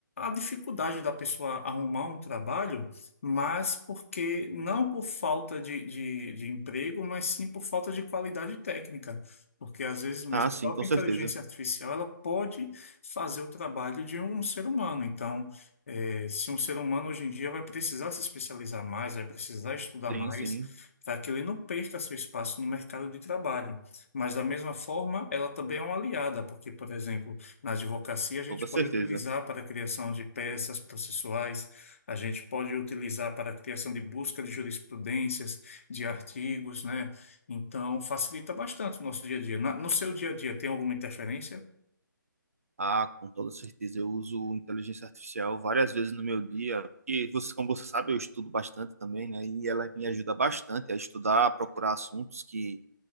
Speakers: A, on the left; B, on the right.
A: a dificuldade da pessoa arrumar um trabalho, mas porque não por falta de, de, de emprego, mas sim por falta de qualidade técnica. Porque às vezes mesmo
B: Ah, sim,
A: a própria
B: com certeza.
A: inteligência artificial ela pode fazer o trabalho de um ser humano. Então, é, se um ser humano hoje em dia vai precisar se especializar mais, vai precisar estudar
B: Sim,
A: mais,
B: sim,
A: para que ele não perca seu espaço no mercado de trabalho. Mas, da mesma forma, ela também é uma aliada, porque, por exemplo, na advocacia, a gente
B: toda
A: pode
B: certeza.
A: utilizar para a criação de peças processuais, a gente pode utilizar para a criação de busca de jurisprudências, de artigos, né? Então, facilita bastante o nosso dia a dia. Na- no seu dia a dia, tem alguma interferência?
B: Ah, com toda certeza. Eu uso inteligência artificial várias vezes no meu dia. E você, como você sabe, eu estudo bastante também, né? E ela me ajuda bastante a estudar, a procurar assuntos que,